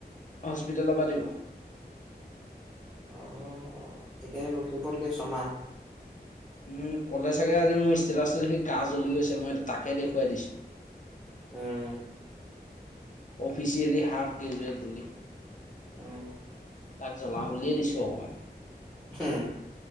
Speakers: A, on the left; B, in the centre.
A: হস্পিতেলৰ পৰা দিব
B: অ এতিয়া লখিমপুৰতকে ছমাহ
A: উম পলে চাগে আজি মোৰ ষ্টেটাছটো দে সি গা জ্বলি গৈছে মইটো তাকে দেখুৱাই দিছো।
B: উম
A: অফিচিয়েলি হাফ গ্ৰোজয়েট বুলি।
B: উম
A: তাক জ্বলাাম উলিয় দিছো অকমান
B: হম